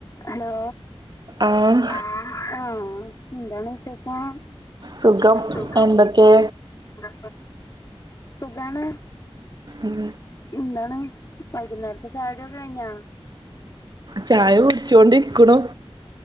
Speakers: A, on the left (about 35°); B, on the right (about 45°).
A: Hello
B: ആഹ്
A: ആ ആ ന്താണ് വിശേഷം
B: സുഖം
A: സുഖം
B: എന്തൊക്കെ
A: മ് സുഖാണ്
B: ഉം
A: ന്താണ് വൈകുന്നേരത്തെ ചാ കഴിഞ്ഞാ
B: ചായ കുട്ച്കൊണ്ടിരിക്ണു